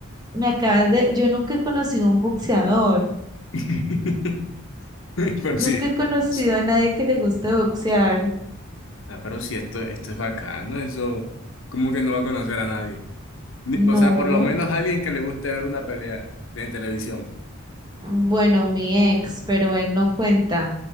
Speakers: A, on the right (about 20°); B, on the left (about 60°).
A: me acabas de, yo nunca he conocido a un boxeador,
B: <laughs> Pero
A: nunca
B: sí. O
A: he conocido a nadie que le guste boxear,
B: sea, pero sí, esto, esto es bacano, eso como que no va a conocer a nadie. Ni-
A: no.
B: O sea, por lo menos alguien que le guste ver una pelea en televisión.
A: Bueno, mi ex, pero él no cuenta.